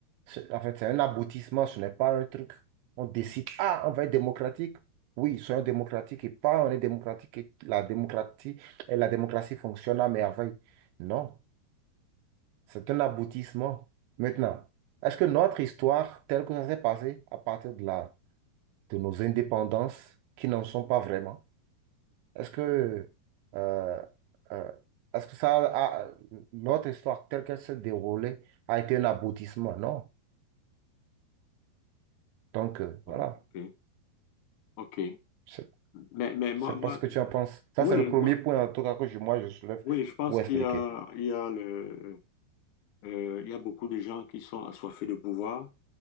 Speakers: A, on the right; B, on the left.
A: ce- en fait, c'est un aboutissement, ce n'est pas un truc. On décide, ah, on va être démocratique. Oui, soyons démocratiques et pas on est démocratique et la démocratie, et la démocratie fonctionne à merveille. Non. C'est un aboutissement. Maintenant, est-ce que notre histoire, telle que ça s'est passé à partir de la, de nos indépendances, qui n'en sont pas vraiment, est-ce que, euh, euh, est-ce que ça a- notre histoire telle qu'elle s'est déroulée a été un aboutissement? Non. Donc, euh,
B: Ok,
A: voilà.
B: ok.
A: Je
B: Mais, mais moi,
A: je pas
B: moi,
A: ce que tu en penses. Ça,
B: oui,
A: c'est le premier
B: moi,
A: point, en tout cas, que je- moi, je soulève
B: oui, je pense
A: pour
B: qu'il
A: expliquer.
B: y a, il y a le, euh, il y a beaucoup de gens qui sont assoiffés de pouvoir.